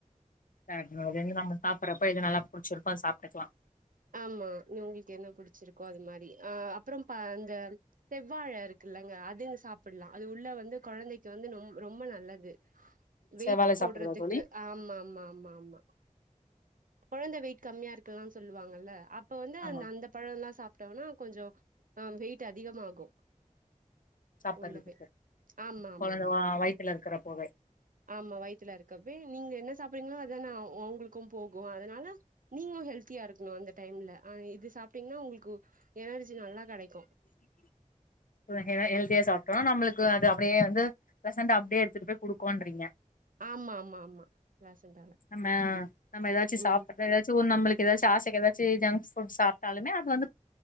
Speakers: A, on the left; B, on the right.
A: கரெக்ட் அதுலந்து நம்ம சாப்பறப்ப இது நல்லா புடிச்சிருக்கோ அது சாப்ட்டுக்கலா
B: ஆமா உங்களுக்கு என்ன புடிச்சிருக்கோ அதுமாரி அ அப்புறம் ப இந்த செவ்வாழ இருக்குல்லங்க அது சாப்புல்லா அது உள்ள வந்து கொழந்தைக்கு வந்து நொம் ரொம்ப நல்லது
A: <inaudible>
B: வெயிட் போட்றதுக்கு
A: சாப்புட்றதா தோழி
B: ஆமாமாமாமா கொழந்த வெயிட் கம்மியா இருக்குலானு சொல்லுவாங்கல்ல அப்ப வந்து
A: ஆமாங்
B: அந் அந்த பழோல்லா சாப்ட்டம்னா கொஞ்சோ ஆ வெயிட் அதிகமாகு
A: சாப்புட்றதுக்கு
B: உள்ளவே ஆமாமாமா
A: கொழந்த வ வயித்துல இருக்கறப்போவே
B: ஆமா வயித்ல இருக்கப்பே நீங்க என்ன சாப்றீங்களோ அதனா அவங்களுக்கும் போ கு அதனால நீங்களு ஹெல்தியா இருக்கணு அந்த டைம்ல ஆ இது சாப்பட்டீங்ன்னா உங்களுக்கு எனர்ஜி நல்லா கடைக்கு
A: <inaudible> அப்றோ ஹெ ஹெல்தியா சாப்டோ நம்ளுக்கு அப்படியே வந்து பிரசன்டா அப்படியே எடுத்துட்டு போய் குடுக்கோன்றீங்க
B: ஆமாமாமா <unintelligible>
A: நம்ம நம்ம ஏதாச்சு சாப்புட்
B: ம்
A: ஏதாச்சு ஒன் நம்மளுக்கு ஏதாச்சு ஆசைக்கி ஏதாச்சு ஜங்க்ஸ் ஃபுட் சாப்புட்டாலுமே அது வந்து